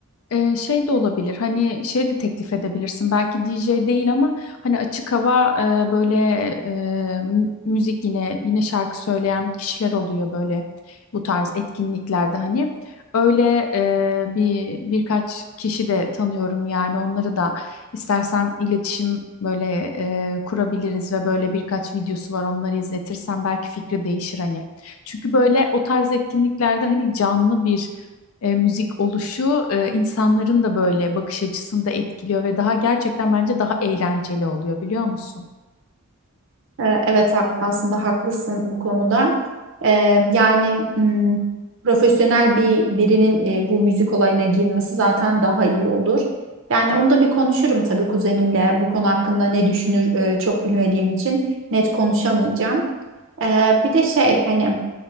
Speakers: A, on the left (about 70°); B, on the right (about 60°).
A: Ee, şey de olabilir hani şey de teklif edebilirsin belki DJ değil ama hani açık hava e, böyle e, mü- müzik yine yine şarkı söyleyen kişiler oluyor böyle bu tarz etkinliklerde hani öyle e, bir birkaç kişi de tanıyorum yani onları da istersen iletişim böyle e, kurabiliriz ve böyle birkaç videosu var onları izletirsen belki fikri değişir hani çünkü böyle o tarz etkinliklerde hani canlı bir e, müzik oluşu e, insanların da böyle bakış açısını da etkiliyor ve daha gerçekten bence daha eğlenceli oluyor biliyor musun?
B: Ee, Evet hak- aslında haklısın bu konuda. Ee, yani m, profesyonel bir birinin e, bu müzik olayına girmesi zaten daha iyi olur. Yani onu da bir konuşurum tabii kuzenimle. Bu konu hakkında ne düşünür e, çok bilmediğim için net konuşamayacağım. Ee, bir de şey hani